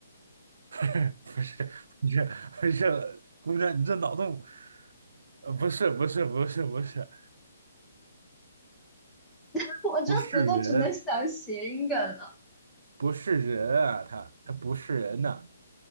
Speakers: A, on the right; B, in the centre.
A: <laughs> 不是不是不是，姑娘，你这脑洞，呃，不是不是不是不是
B: <laughs> 我就我都只能想谐音梗了。
A: 不是人，不是人啊，他他不是人呐、